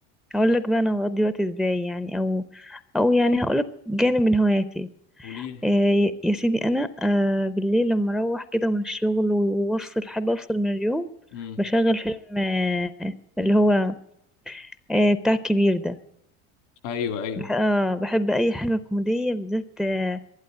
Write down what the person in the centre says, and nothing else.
هقول لك بقى انا بقضي وقت ازاي يعني او او يعني هقول لك جانب من هواياتي
آه يا سيدي انا آه بالليل لما اروح كده من الشغل و- وافصل حابه افصل من اليوم
بشغل فيلم آه اللي هو آه بتاع الكبير ده
بح آه بحب اي حاجه كوميديه بالذات آه